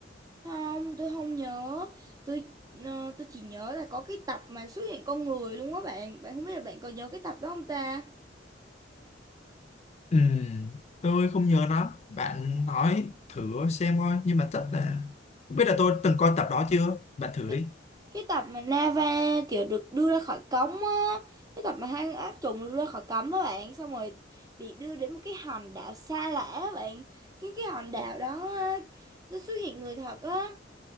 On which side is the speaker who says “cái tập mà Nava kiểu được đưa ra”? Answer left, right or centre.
Right